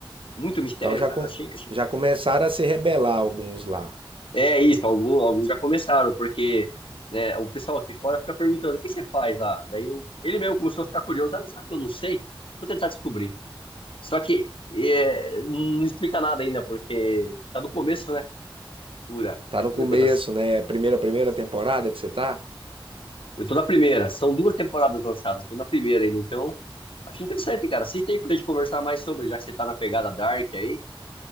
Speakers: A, on the left (about 75°); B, on the right (about 75°).
A: Muito mistério,
B: então já,
A: cara.
B: com,
A: Achei, achei.
B: já começaram a se rebelar alguns lá.
A: É isso, algum, alguns já começaram, porque né, o pessoal aqui fora fica perguntando: o que você faz lá? Daí eu- ele mesmo começou a ficar curioso: ah, sabe que eu não sei? Vou tentar descobrir. Só que é, não explica nada ainda, porque tá do começo, né? Dura.
B: Tá
A: Deixa
B: no começo,
A: eu ver quantas.
B: né? Primeira, primeira temporada que você tá?
A: Eu tô na primeira. São duas temporadas lançadas. Tô na primeira ainda, então. Acho interessante, cara. Assista aí pra gente conversar mais sobre, já que você tá na pegada Dark aí,